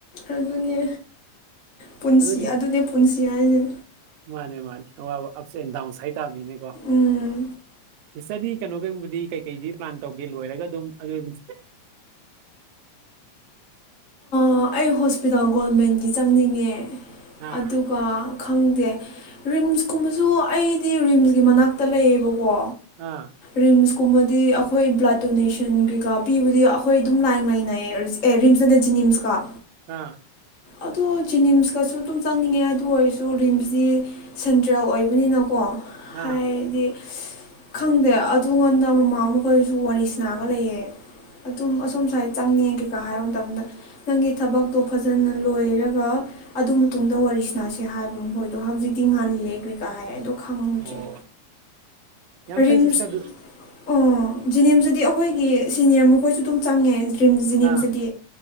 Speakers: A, on the left; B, on the right.
A: ꯑꯗꯨꯅꯦ ꯄꯨꯟꯁꯤ
B: ꯑꯗꯨꯗꯤ
A: ꯑꯗꯨꯅꯦ ꯄꯨꯟꯁꯤ ꯍꯥꯏꯖꯦ
B: ꯃꯥꯅꯦ ꯃꯥꯅꯦ ꯑꯋꯥꯕ ꯑꯞꯁ ꯑꯦꯟ ꯗꯥꯎꯟꯁ ꯍꯥꯏ ꯇꯥꯕꯅꯤꯅꯦꯀꯣ
A: ꯎꯝ
B: ꯏꯁꯇ꯭ꯔꯗꯤ ꯀꯩꯅꯣ ꯀꯩꯒꯨꯝꯕꯗꯤ ꯀꯩꯀꯩꯗꯤ ꯄ꯭ꯂꯥꯟ ꯇꯧꯒꯦ ꯂꯣꯏꯔꯒ ꯑꯗꯨꯝ ꯑꯗꯨ ꯑꯗꯨꯝ
A: ꯑ ꯑꯩ ꯍꯣꯁꯄꯤꯇꯥꯜ ꯒꯣꯜꯃꯦꯟꯒꯤ ꯆꯪꯅꯤꯡꯉꯦ
B: ꯑꯥ
A: ꯑꯗꯨꯒ ꯈꯪꯗꯦ ꯔꯤꯝꯁꯀꯨꯝꯕꯁꯨ ꯑꯩꯗꯤ ꯔꯤꯝꯁꯒꯤ ꯃꯅꯥꯛꯇ ꯂꯩꯌꯦꯕꯀꯣ
B: ꯑꯥ
A: ꯔꯤꯝꯁꯀꯨꯝꯕꯗꯤ ꯑꯩꯈꯣꯏ ꯕ꯭ꯂꯠ ꯗꯣꯅꯦꯁꯟ ꯀꯩꯀꯥ ꯄꯤꯕꯗꯤ ꯑꯩꯈꯣꯏ ꯑꯗꯨꯝ ꯂꯥꯏꯟ ꯂꯩꯅꯩꯌꯦ ꯔꯤ ꯑꯦ ꯔꯤꯝꯁ ꯅꯠꯇꯦ ꯖꯤꯅꯤꯝꯁꯀꯥ
B: ꯑꯥ
A: ꯑꯗꯣ ꯖꯤꯅꯤꯝꯁꯀꯁꯨ ꯑꯗꯨꯝ ꯆꯪꯅꯤꯡꯉꯦ ꯑꯗꯨ ꯑꯣꯏꯔꯁꯨ ꯔꯤꯝꯁꯇꯤ ꯁꯦꯟꯇ꯭ꯔꯦꯜ ꯑꯣꯏꯕꯅꯤꯅꯀꯣ ꯍꯥꯏꯗꯤ
B: ꯑꯥ
A: ꯈꯪꯗꯦ ꯑꯗꯨꯉꯣꯟꯗ ꯃꯥꯝꯃ ꯃꯈꯣꯏꯖꯨ ꯋꯥꯔꯤ ꯁꯥꯅꯔꯒ ꯂꯩꯌꯦ ꯑꯗꯨꯝ ꯑꯁꯣꯝ ꯁꯥꯏꯠ ꯆꯪꯅꯤꯡꯉꯦ ꯀꯩꯀꯥ ꯍꯥꯏꯕ ꯃꯇꯝꯗ ꯅꯪꯒꯤ ꯊꯕꯛꯇꯣ ꯐꯖꯅ ꯂꯣꯏꯔꯒ ꯑꯗꯨ ꯃꯇꯨꯡꯗ ꯋꯥꯔꯤ ꯁꯅꯥꯁꯦ ꯍꯥꯏꯕ ꯃꯈꯣꯏꯗꯣ ꯍꯧꯖꯤꯛꯇꯤ ꯉꯜꯂꯦ ꯂꯨꯢꯀ ꯍꯥꯏ ꯑꯗꯨ ꯈꯪꯗ꯭ꯔ‌ꯦ
B: ꯑꯣ ꯌꯥꯝ
A: ꯔꯤꯝꯁ
B: ꯐꯩ ꯁꯤꯁꯇꯔꯗꯨ
A: ꯑꯣ ꯖꯤꯅꯤꯝꯁꯇꯗꯤ ꯑꯩꯈꯣꯏꯒꯤ ꯁꯤꯅꯤꯌ꯭ꯔ ꯃꯈꯣꯏꯁꯨ ꯑꯗꯨꯝ ꯆꯪꯉꯦ ꯔꯤꯝꯁ ꯖꯤꯅꯤꯝꯁꯇꯗꯤ
B: ꯑꯥ